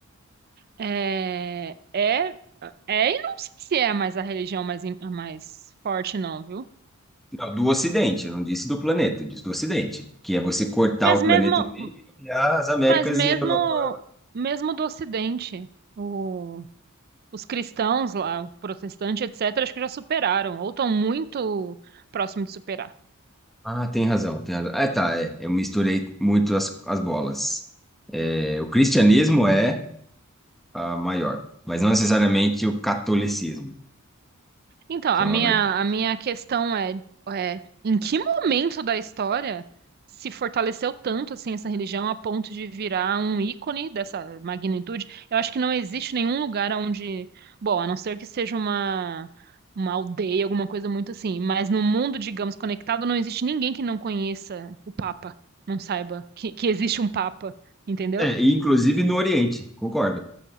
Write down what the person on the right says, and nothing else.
é, é, é e não sei se é mais a religião mais, im- mais forte, não, viu?
Mas
mesmo,
mas mesmo,
mesmo do Ocidente, o os cristãos lá, o protestante, etc., acho que já superaram, ou estão muito próximo de superar.
Então, a
minha,
a minha questão é, é, em que momento da história se fortaleceu tanto assim essa religião a ponto de virar um ícone dessa magnitude? Eu acho que não existe nenhum lugar onde, bom, a não ser que seja uma uma aldeia, alguma coisa muito assim, mas no mundo, digamos, conectado, não existe ninguém que não conheça o Papa, não saiba que, que existe um Papa. Entendeu?